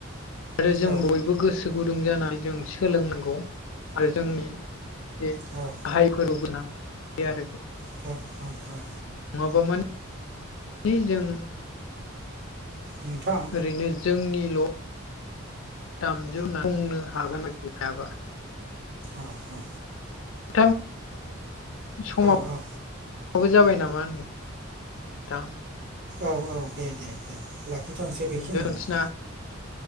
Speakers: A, on the left (about 65°); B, on the right (about 55°).
A: आरो जों
B: औ
A: बयबो गोसो गोसो गुदुं जानानै जों सोलोंनांगौ आरो जोंनि जे
B: औ
A: गाहाय फोरबो गोनां बे आरो
B: ज औ औ
A: नङाबा मानेे जों
B: नोंथां
A: ओरैनो जोंनिल' दामजु होन्नानै बुंनो हागोन आरोखि हायाबा
B: औ औ
A: <unintelligible> समाव
B: औ
A: माबो जाबाय नामा थां
B: औ औ दे दे दे लाखिथ'नोसै बेखिनियावनो
A: दोनथ'नोसै ना?